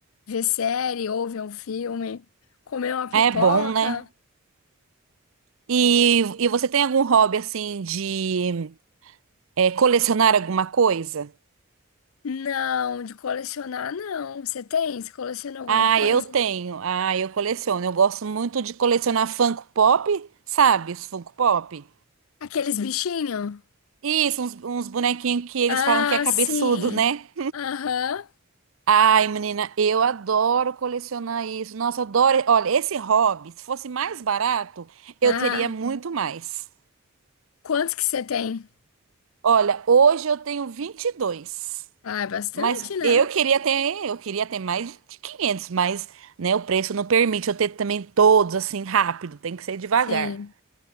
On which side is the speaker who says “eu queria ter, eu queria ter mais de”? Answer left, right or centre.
Right